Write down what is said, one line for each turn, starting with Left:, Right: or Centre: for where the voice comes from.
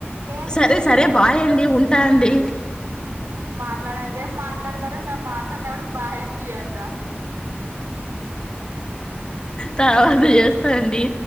Right: సేమ్
Left: సరే
Right: దీనికి
Left: సరే
Right: కూడా
Left: బాయండి ఉంటా అండి.
Right: <inaudible> రేపు మాట్లాడతారు మేం మాట్లాడినప్పుడు బాయ్ అండి అంటరు.
Left: తరువాత చేస్తా అండి